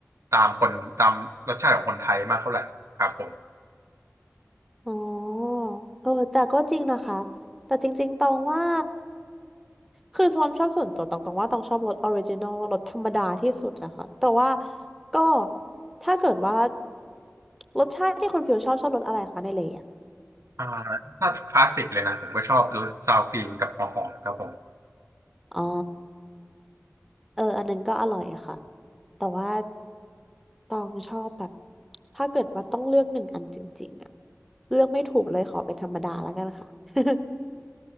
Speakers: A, on the right (about 85°); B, in the centre.
A: ตามคนตามรสชาติของคนไทยมากเท่าไหร่ครับผม
B: อ๋อเออแต่ก็จริงนะคะแต่จริงๆตองว่าคือความชอบส่วนตัวตองตองว่าตองชอบรถออริจินอลรถธรรมดาที่สุดนะคะแต่ว่าก็ถ้าเกิดว่ารสชาติที่คนฟิลชอบชอบรสอะไรคะในเลยอะ
A: อ่าถ้าคลาสสิกเลยนะผมก็ชอบรสซาวครีมกับหัวหอมครับผม
B: อ๋อเอออันนั้นก็อร่อยค่ะแต่ว่าตองชอบแบบถ้าเกิดว่าต้องเลือกหนึ่งอันจริงๆอะเลือกไม่ถูกเลยขอเป็นธรรมดาแล้วกันค่ะ <laughs>